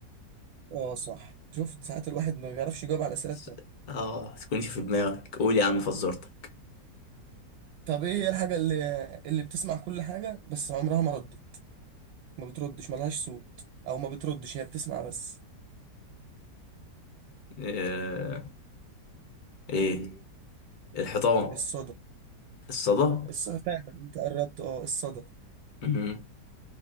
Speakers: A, on the right; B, on the left.
A: اه صح شفت ساعات الواحد ما بيعرفش يجاوب على الاسئله
B: س-
A: التانية
B: اه تكونش في دماغك قول يا عم فزورتك
A: طب ايه هي الحاجه اللي اللي بتسمع كل حاجه بس عمرها ما ردت ما بتردش ملهاش صوت او ما بتردش هي بتسمع بس
B: آه... ايه الحيطان
A: الصدى
B: الصدى
A: لا الصدى فعلا انت قربت اه الصدى
B: مم.